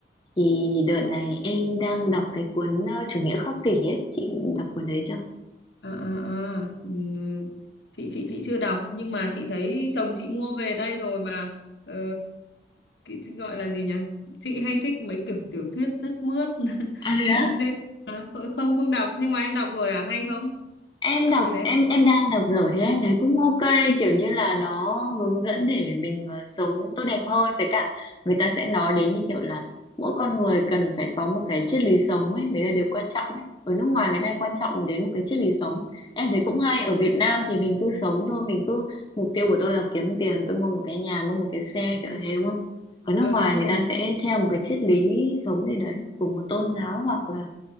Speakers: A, on the left (about 25°); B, on the left (about 80°).
A: Thì đợt này em đang đọc cái cuốn ờ, Chủ nghĩa khắc kỷ ấy, chị đọc cuốn đấy chưa?
B: Ờ, ờ, ờ. Ừ, chị chị chị chưa đọc nhưng mà chị thấy chồng chị mua về đây rồi mà ờ, cái cái gọi là gì nhỉ chị hay thích mấy kiểu tiểu thuyết sướt mướt
A: À thế á?
B: <laughs> nên à, không không đọc nhưng mà em đọc rồi à hay không
A: em
B: đọc
A: đọc
B: cái đấy
A: em em đang đọc dở thì em thấy cũng ok kiểu như là nó hướng dẫn để mình ờ, sống tốt đẹp hơn với cả người ta sẽ nói đến như kiểu là mỗi con người cần phải có một cái triết lý sống ấy đấy là điều quan trọng ấy ở nước ngoài người ta hay quan trọng đến một cái triết lý sống em thấy cũng hay
B: à,
A: ở Việt Nam thì mình cứ sống thôi mình cứ mục tiêu của tôi là kiếm tiền tôi mua một cái nhà mua một cái xe kiểu thế đúng không ở nước
B: ờ
A: ngoài
B: đúng
A: người
B: rồi
A: ta sẽ theo một cái triết lý sống gì đấy của một tôn giáo hoặc là